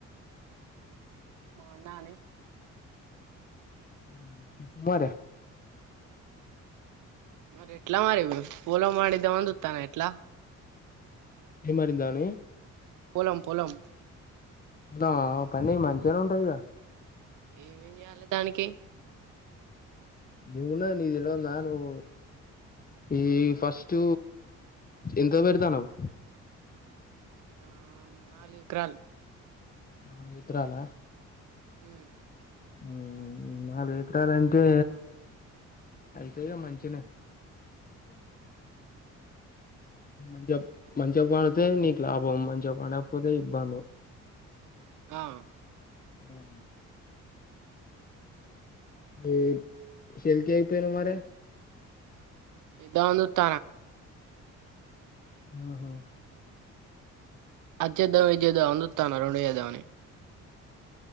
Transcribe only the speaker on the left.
మ్మ్ చెప్పు మరే
ఏ <unintelligible> మారిందాను
ఉనా పంటా మంచిగానే ఉంటాదిగా
దిగిన నీళ్ళలో నానవు ఈ ఫస్ట్ ఎంత పెడతాన్నవు
నాలుగు ఏకరాల
మ్మ్ నాలుగు ఏకరాలంటే అయితాయినే మంచినే ఓ అంతే మంచిగా పండితే నీకు లాభం మంచిగా పడకపోతే ఇబ్బందే
ఆ ఏ శకియిపోయిను మర
ఆహా